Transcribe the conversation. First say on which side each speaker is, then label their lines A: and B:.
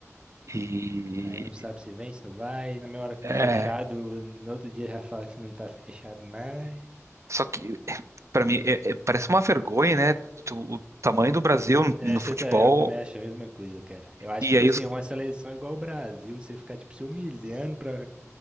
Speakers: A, on the right (about 65°); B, on the right (about 20°).
A: E
B: Aí não sabe se vem, se não vai. E na mesma hora que tá
A: é.
B: fechado, no outro dia já fala que não tá fechado mais.
A: Só que Para mim, é- é- parece uma vergonha, né? Tu- o tamanho do Brasil
B: É,
A: no
B: você
A: futebol.
B: tá, eu também acho a mesma coisa, cara. Eu acho
A: E
B: que, tipo
A: aí,
B: assim,
A: os,
B: uma seleção igual o Brasil, você ficar, tipo, se humilhando pra,